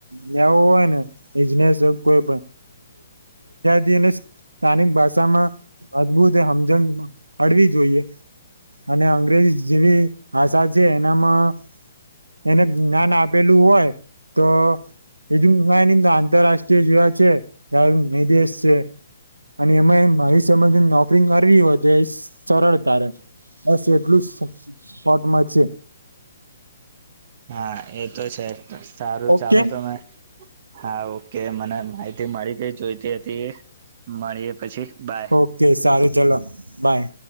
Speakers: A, on the right (about 75°); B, on the right (about 40°).
A: લેવા હોય ને બિજનેસ હોય કોય પણ <unintelligible> સ્થાનિક ભાષામાં અદભુત સમજણ હળવી જોઈએ અને અંગ્રેજ જેવી આષા છે એનામાં એને જ્ઞાન આપેલું હોય તો એજ ન તો આંતરરાષ્ટ્રીય જેવ છે ત મેધે એસશે અને એમાં ભવિષ્યમાં નોકરી કરવી હોય તો એ સરળતાારે બસ એટલું સ્પોટમાં છે
B: હા એ તો છે સારું
A: ઓકે
B: ચાલો તમે હા ઓકે મને માહિતી મળી કઈ જોઈતી હતી એ મળીએ પછી બાય
A: ઓકે સારું ચલો બાય